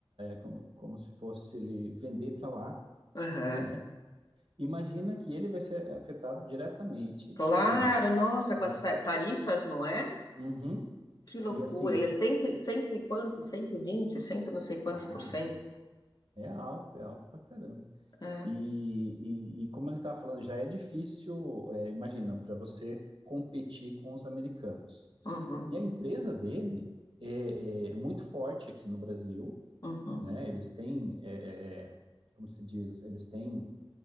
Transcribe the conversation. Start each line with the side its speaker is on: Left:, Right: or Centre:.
Right: como, como se fosse ele vender para lá.
Left: aham.
Right: né? Imagina que ele vai ser afetado diretamente
Left: Claro,
Right: nisso.
Left: nossa,
Right: Na-
Left: com as ta- tarifas, não é?
Right: Uhum.
Left: Que loucura.
Right: E assim,
Left: E é cento, e- cento e quanto? 120, cento e não sei quantos
Right: ah,
Left: por cento.
Right: é alto, é alto pra caramba.
Left: É.
Right: E, e, e como ele tá falando, já é difícil, é, imagina, para você competir com os americanos.
Left: Uhum,
Right: E a empresa dele é, é muito forte aqui no Brasil,
Left: uhum.
Right: né? Eles têm, é, é, como se diz, eles têm